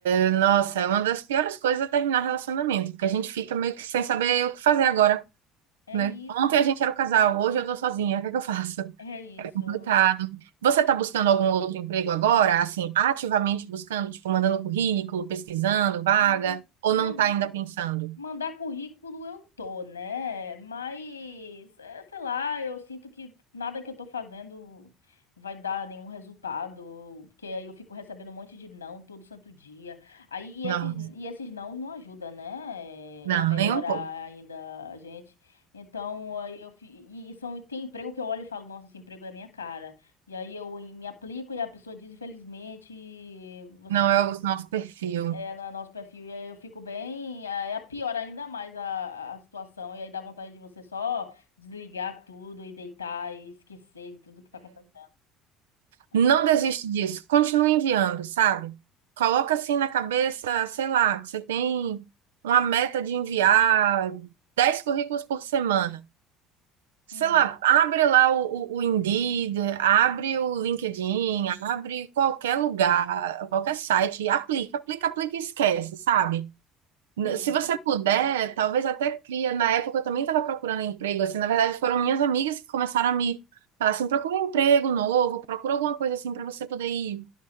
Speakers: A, on the right; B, on the left.
A: é, nossa, é uma das piores coisas é terminar relacionamento, porque a gente fica meio que sem saber o que fazer agora.
B: É
A: né?
B: isso,
A: Ontem a gente era o casal, hoje eu tô sozinha, o que é que eu faço?
B: é isso.
A: <laughs> Complicado. Você tá buscando algum outro emprego agora? Assim, ativamente buscando, tipo, mandando currículo, pesquisando vaga,
B: Hum,
A: ou
B: ma-
A: não tá ainda pensando?
B: Mandar currículo eu tô, né? Mas, é, sei lá, eu sinto que nada que eu tô fazendo vai dar nenhum resultado, porque aí eu fico recebendo um monte de não todo santo dia. Aí, e
A: Não,
B: esses, e esses não não ajudam, né?
A: não,
B: é, A melhorar
A: nem um pouco.
B: ainda a gente. Então, aí eu fi- e e são, tem emprego que eu olho e falo, nossa, esse emprego é a minha cara. E aí eu me aplico e a pessoa diz, infelizmente, você
A: Não é o nosso perfil.
B: é, no nosso perfil. E aí eu fico bem. Aí é pior ainda mais a, a situação. E aí dá vontade de você só desligar tudo e deitar e esquecer de tudo que tá acontecendo.
A: Não
B: É,
A: desiste disso. Continue enviando, sabe? Coloca assim na cabeça, sei lá, que você tem uma meta de enviar 10 currículos por semana. sei
B: Hum,
A: lá, abre lá o, o, o Indeed, abre o LinkedIn, abre qualquer lugar, qualquer site, e aplica, aplica, aplica e esquece, sabe? N-
B: hum,
A: Se você puder, talvez até cria. Na época eu também estava procurando emprego, assim, na verdade foram minhas amigas que começaram a me falar assim, procura um emprego novo, procura alguma coisa assim para você poder ir,